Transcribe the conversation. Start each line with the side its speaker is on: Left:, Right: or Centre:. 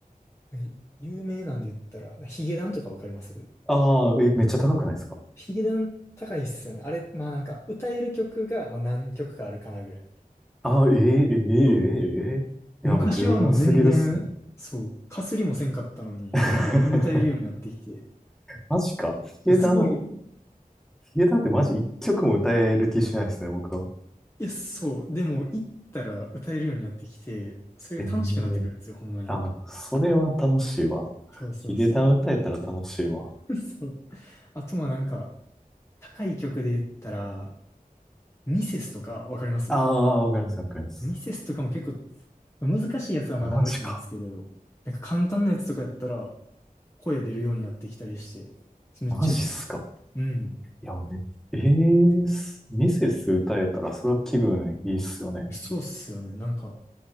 Left: あ、え有名なんで言ったら、ヒゲダンとかわかります
Centre: ああー、え、めっちゃ高くないですか
Left: ヒゲダン高いっすよね。あれ、まあなんか歌える曲が、まあ、何曲かあるかなぐらい。
Centre: ああー、ええええええいや、
Left: そう昔はもう全然、
Centre: もう十分すぎるっすね。
Left: そう、かすりもせんかったのに、
Centre: <laughs>
Left: 歌えるようになってきて、
Centre: マジか。ヒゲダン、
Left: すごい、い
Centre: ヒゲダンってマジ一曲も歌える気しないですね、僕は。
Left: や、そう、でも行ったら歌えるようになってきて、それが楽しくなってくるんですよ、
Centre: ええ
Left: ほんまに。
Centre: あ、それは楽しいわ。
Left: そうそうそ
Centre: ヒゲダン歌えたら楽しいわ。
Left: う。<laughs> そう。あとまあなんか、高い曲で言ったら、ミセスとかわかります
Centre: ああ、わかります、わかります。
Left: ミセスとかも結構、難しいやつはまだ無理なんですけど、
Centre: マジか。
Left: なんか簡単なやつとかやったら、声出るようになってきたりして、めっちゃいい。
Centre: マジっすか。
Left: うん。
Centre: いや、め、ええミセス歌えたらそれは気分いいっすよね。
Left: そうっすよね。なんか、